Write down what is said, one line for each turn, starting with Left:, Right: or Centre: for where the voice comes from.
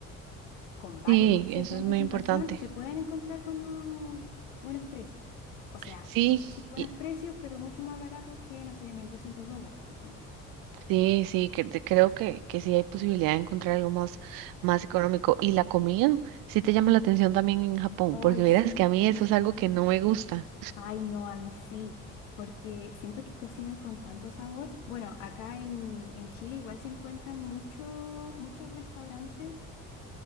Left: con varios
Right: Sí,
Left: meses
Right: eso
Left: de anticipación
Right: es muy importante.
Left: se pueden encontrar buenos, buenos precios. O sea,
Right: Sí,
Left: no sé si buenos
Right: y-
Left: precios, pero mucho más barato que, no sé, 1.200 dólares, por ejemplo.
Right: sí, sí, cre- te- creo que, que sí hay posibilidad de encontrar algo más, más económico. Y la comida, sí te llama la atención también en Japón,
Left: Ay,
Right: porque verás
Left: sí,
Right: que a mí
Left: completamente.
Right: eso es algo que no me gusta.
Left: Ay, no, a mí sí, porque siento que cocinan con tanto sabor. Bueno, acá en, en Chile igual se encuentran mucho, muchos restaurantes